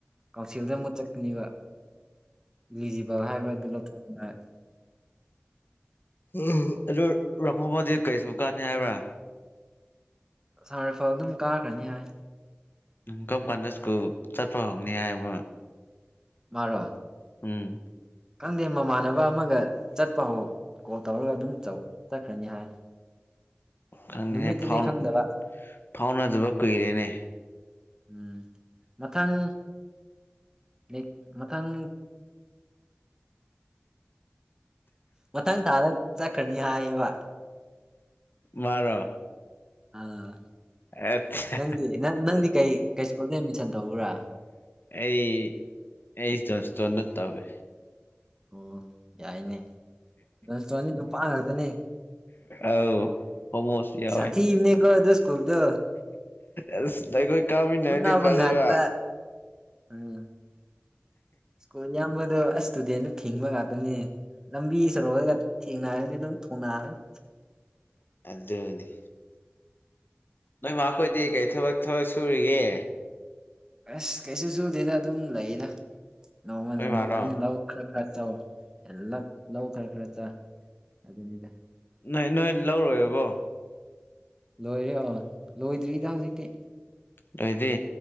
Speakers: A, on the right (about 15°); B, on the left (about 55°).
A: ꯀꯥꯎꯁꯤꯜꯗ ꯑꯃꯨꯛ ꯆꯠ ꯀꯅꯤꯕ ꯏꯂꯤꯖꯤꯕꯜ ꯍꯥꯏꯕ ꯑꯗꯨ ꯂꯧꯊꯣꯛꯅꯤꯡꯉꯥꯏ
B: ꯎꯝ ꯑꯗꯨ ꯔꯥꯍꯣꯕꯗꯤ ꯀꯩ ꯁ꯭ꯀꯨꯜ ꯀꯥꯟꯅꯤ ꯍꯥꯏꯕ꯭ꯔꯥ
A: ꯑꯥꯁꯝ ꯔꯥꯏꯐꯜ ꯑꯗꯨꯝ ꯀꯥꯈ꯭ꯔꯅꯤ ꯍꯥꯏ
B: ꯀꯔꯝ ꯀꯥꯟꯗ ꯁ꯭ꯀꯨꯜ ꯆꯠꯄ ꯍꯧꯅꯤ ꯍꯥꯏ ꯃ
A: ꯃꯥꯔꯣ
B: ꯎꯝ
A: ꯈꯪꯗꯦ ꯃꯃꯥꯟꯅꯕ ꯑꯃꯒ ꯆꯠꯄ ꯍꯧ ꯀꯣꯜ ꯇꯧꯔꯒ ꯑꯗꯨꯝ ꯆꯠꯈ꯭ꯔꯅꯤ ꯍꯥꯏ <inaudible>
B: ꯈꯪꯅꯤꯅꯦ
A: ꯅꯨꯃꯤꯠꯇꯨꯗꯤ
B: ꯐꯥꯎ
A: ꯈꯪꯗꯕ
B: ꯐꯥꯎꯅꯗꯕ ꯀꯨꯏꯔꯦꯅꯦ
A: ꯎꯝ ꯃꯊꯪ ꯅꯦꯛ ꯃꯊꯪ ꯃꯊꯪ ꯊꯥꯗ ꯆꯠꯈ꯭ꯔꯅꯤ ꯍꯥꯏꯌꯦꯕ
B: ꯃꯥꯔꯣ
A: ꯑꯥ
B: ꯑꯠꯆꯥ
A: ꯅꯪꯗꯤ ꯅꯪꯗꯤ ꯀꯩ ꯀꯩ ꯁ꯭ꯀꯨꯜꯗ ꯑꯦꯗꯃꯤꯁꯟ ꯇꯧꯔꯨꯔ
B: ꯑꯩ ꯑꯩ ꯖꯣꯟꯁꯇꯣꯟꯗ ꯇꯧꯋꯦ
A: ꯑꯣ ꯌꯥꯏꯅꯦ ꯖꯣꯅꯣꯁꯇꯣꯟꯗꯤ ꯅꯨꯄꯥ ꯉꯥꯛꯇꯅꯤ
B: ꯑꯧ ꯍꯣꯃꯣꯁꯨ ꯌꯥꯎꯋꯦ
A: ꯁꯥꯊꯤꯕꯅꯦꯀꯣ ꯑꯗꯨ ꯁ꯭ꯀꯨꯜꯗꯣ
B: ꯑꯁ ꯑꯩꯈꯣꯏ ꯀꯥꯃꯤꯟꯅꯔꯗꯤ
A: ꯐꯨꯅꯕ
B: ꯐꯗꯣꯢꯕ
A: ꯉꯥꯛꯇ <unintelligible> ꯁ꯭ꯀꯨꯜ ꯑꯌꯥꯝꯕꯗꯣ ꯑꯁ ꯏꯁꯇꯨꯗꯦꯟꯗꯨ ꯊꯤꯡꯕ ꯉꯥꯛꯇꯅꯦ ꯂꯝꯕꯤ ꯁꯣꯔꯣꯛꯇꯒ ꯊꯦꯡꯅꯔꯗꯤ ꯑꯗꯨꯝ ꯊꯣꯡꯅꯔꯅꯤ
B: ꯑꯗꯨꯅꯤ ꯅꯣꯏ ꯃꯥ ꯈꯣꯢꯗꯤ ꯀꯩ ꯊꯕꯛ ꯊꯕꯛ ꯁꯨꯔꯤꯒꯦ
A: ꯑꯁ ꯀꯩꯁꯨ ꯁꯨꯗꯦꯗ ꯑꯗꯨꯝ ꯂꯩꯗ ꯅꯣꯡꯃ
B: ꯅꯣꯏ
A: ꯅꯣꯡꯃ
B: ꯃꯥꯔꯣ
A: ꯑꯗꯨꯝ ꯂꯧ ꯈꯔ ꯈꯔ ꯆꯧ ꯂꯛ ꯂꯧ ꯈꯔ ꯈꯔ ꯆꯥ ꯑꯗꯨꯅꯤꯗ
B: ꯅꯣꯏ ꯅꯣꯏ ꯂꯧ ꯂꯣꯢꯔꯕꯣ
A: ꯂꯣꯏꯔꯦ ꯑꯣ ꯂꯣꯏꯗ꯭ꯔꯤꯗ ꯍꯧꯖꯤꯛꯇꯤ
B: ꯅꯣꯏꯗꯤ